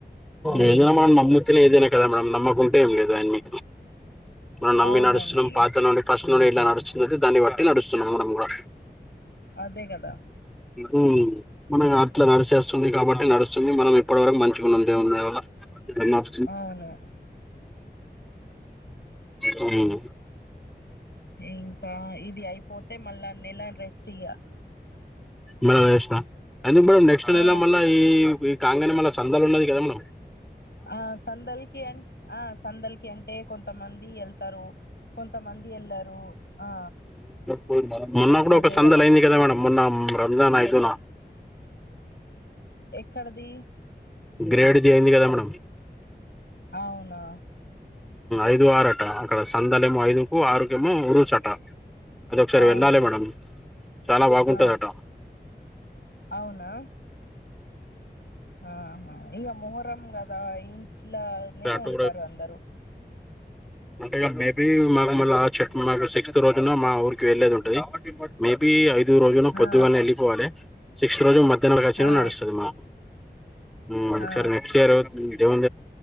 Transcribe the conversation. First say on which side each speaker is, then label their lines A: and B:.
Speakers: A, on the left; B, in the centre.
A: మ్మ్
B: ఏందైనా మనం నమ్మితేలే ఏదైన కదా మనం నమ్మకుంటే ఏం లేదు అయన్ని మనం నమ్మి
A: అవునండి
B: నడుస్తున్నాం
A: ఇగ
B: పాత నుండి ఫస్టు నుండి ఎట్లా నడుస్తుందంటే దాన్ని బట్టి నడుస్తున్నాం మనం కూడా
A: అదే కదా
B: ఉహు మన అట్లా నడిసేస్తుంది కాబట్టి నడుస్తుంది మనం ఇప్పటి వరకు మంచిగున్నం దేవుని దయవల్ల <unintelligible>
A: అవును
B: హ్మ్
A: ఇంకా ఇది అయిపోతే మళ్ళా నెల రెస్ట్ ఇయ్య
B: మళష్ట అందు మే నెక్స్ట్ల్
A: ఆ
B: మళ్ళ ఈ కానే మళ్ళ సందాలు ఉన్నది కదా మా
A: ఆ సందలకి అంట ఆ సందలకి అంటే కొంతమంది ఎళ్తారు కొంతమంది ఏళ్లారు ఆ
B: పో మొన్న కూడా
A: అదే
B: ఒక సందలు
A: గదా!
B: అయింది కదా మేడం మొన్న రంజానా అయిదునా
A: ఎక్కడది
B: గ్రేడ్ జయంది కదా మేడం
A: అవునా
B: ఐదు ఆరుట అక్కడ సందలే ఏమో ఐదుకు ఆరుకేమో ఉరుసట అద ఒకసారి
A: అవునా?
B: వెళ్ళాలి మేడం చాలా బాగుంటుందట
A: ఆ! అవునా ఆహా ఇక మొహరం కదా ఇంట్లోనే
B: అటు
A: ఉంటారు అందరు
B: అంటేగా మేబి మాకు మళ్ల ఆ చెట్టు మాకు రోజున మా ఊరికి వెళ్లేది ఉంటది మేబి ఐదు రోజున పొద్దుగాలనే
A: ఆ!
B: వెళ్ళిపోవాలి సిక్స్ రోజు మధ్యాహ్నం అచ్చిన
A: ఆ!
B: నడుస్తుంది మాకు ఉమ్ ఒకసారి
A: ఆ!
B: నెక్స్ట్ ఇయర్ దేవం